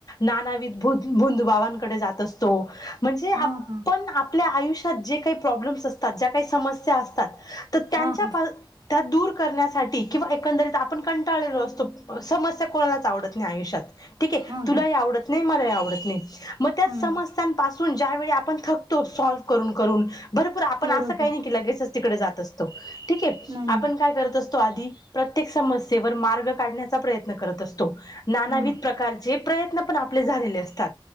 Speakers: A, on the left (about 50°); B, on the right (about 55°).
A: नाना विदत्भुत भोदुबाबांकडे जात असतो म्हणजे आपण
B: हा हा
A: आप ल्या आयुष्यात जे काही प्रॉब्लेम्स असतात ज्या काही समस्या असतात. त त्यांच्या
B: हा हा
A: फ दूर करण्यासाठी किंवा एकंदरीत आपण कंटाळलो असतो अस म अस कुणालाच आवडत नाही आयुष्यात ठीक ये
B: हा
A: तुलाही
B: हा
A: आव डत नाही मलाही आवडत नाही म त्यांच
B: हा
A: समस्यानं पासून ज्यावेळी आपण थक तो सॉल्व करून करून बरं पण आपण
B: बरोबर
A: असं काही नाही की लगेच तिकडे जात असतो. ठीकये
B: नाही
A: आपण
B: नाही
A: काय करत अस तो आधी प्रत्येक समस्येवर मार्ग काढण्याचा प्रयत्न करत असतो नाना
B: हा
A: वितप्रकारचे प्रयत्न पण आपले झालेले असतात